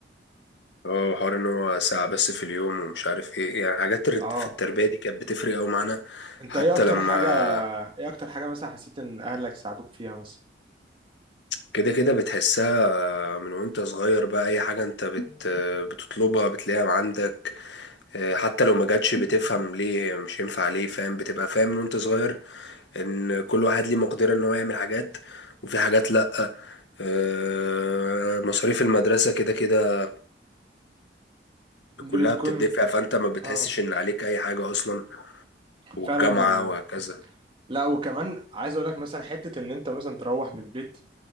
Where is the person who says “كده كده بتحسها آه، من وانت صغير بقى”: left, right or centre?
Left